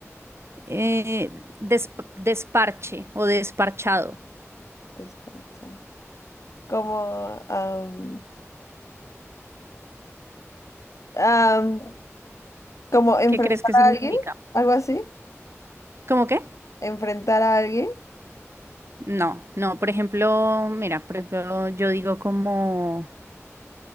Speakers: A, on the right (about 55°); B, on the left (about 75°).
A: eh, desp- desparche o desparchado.
B: Despacha. Como, am, am, como enfrentar
A: ¿Qué crees que significa?
B: a alguien, algo así.
A: ¿Cómo qué?
B: Enfrentar a alguien.
A: No, no, por ejemplo, mira, por ejemplo, yo digo como,